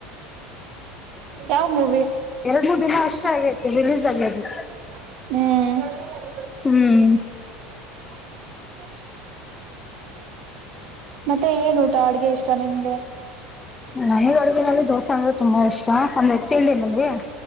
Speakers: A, on the right; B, on the left.
A: ತಾವು ಮೂ
B: ಎರಡ್ ಮೂರ್ ದಿನ ಅಷ್ಟೇ ಆಗೈತಿ ರಿಲೀಸ್ ಆಗಿ ಅದು
A: ಹ್ಮ್
B: ಹ್ಮ್
A: <unintelligible> ಮತ್ತೆ ಏನ್ ಊಟ ಅಡ್ಗೆ ಇಷ್ಟ ನಿಮ್ಗೆ
B: ನನಗ್ ಅಡಗಿನಲ್ಲಿ ದೋಸೆ ಅಂದ್ರೆ ತುಂಬಾ ಇಷ್ಟ ಒಂದ್ ಎತ್ತೇಳಿಲ್ಲಗೆ